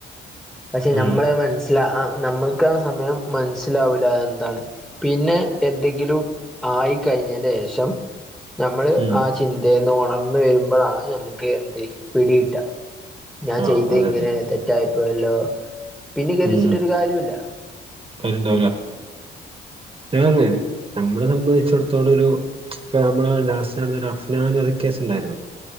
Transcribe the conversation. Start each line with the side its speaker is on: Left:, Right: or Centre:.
Centre: പക്ഷെ
Right: ഉം
Centre: നമ്മള മനസ്സില ആ നമ്മൾക്ക് ആ സമയം മനസ്സിലാവൂല എന്താണ് പിന്നെ എന്തെങ്കിലും ആയി കഴിഞ്ഞെന്റെ ശേഷം നമ്മള്
Right: ഉം
Centre: ആ ചിന്തേന്ന് ഒണർന്നു വരുമ്പളാണ് നമ്മക്ക് എന്ത് പിടികിട്ട. ഞാൻ
Right: ആഹ്
Centre: ചെയ്ത്
Right: അതെ
Centre: ഇങ്ങനെ
Right: അതെ
Centre: തെറ്റായിപ്പോയല്ലോ. പിന്നെ കേദിച്ചിട്ടൊരു
Right: ഉം ഉം
Centre: കാര്യല്ല.
Right: കാര്യണ്ടാവൂല <unintelligible> നമ്മള് ത സംബന്ധിച്ചിടത്തോളം ഒരു ഇപ്പ നമ്മള ലാസ്റ്റ് നടന്നൊരു അഫ്നാൻ വധക്കേസ് ഉണ്ടായിരുന്നു.